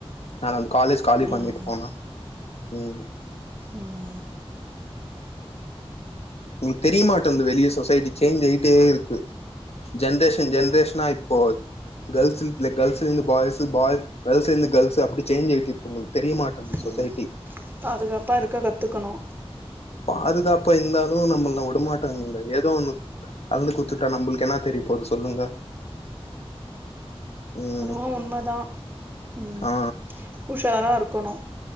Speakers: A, on the left (about 75°); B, on the right (about 20°).
A: அதா நான் காலேஜ் காலி
B: ம்
A: பண்ணிட்டு போன ம்
B: ம்
A: உங்களுக்கு தெரியமாட்டேங்து வெளிய சொசைட்டி சேஞ்ச் ஆயிட்டே இருக்கு ஜென்ரேஷன் ஜென்ரேஷனா இப்போ கேர்ள்ஸ் லே கேர்ள்ஸ்லந்து பாய்ஸு பாய் கேர்ள்ஸ்லந்து கேர்ள்ஸ் அப்டி சேஞ் ஆயிட்டு இருக்கு உங்களுக்கு தெரிய மாட்டேங்கு இந்
B: ம்
A: சொசைட்டி
B: பாதுகாப்பா இருக்க கத்துக்கணு
A: பாதுகாப்பா இருந்தாலு நம்மல்ல வுடமாட்டாங்குங்க எதோ ஒன்னு கலந்து குத்துட்டா நம்மளுக்கு என்னா தெரிய போது சொல்லுங்க ம்
B: அ உண்மதா ம்
A: ஆ
B: உஷாரா இருக்கணு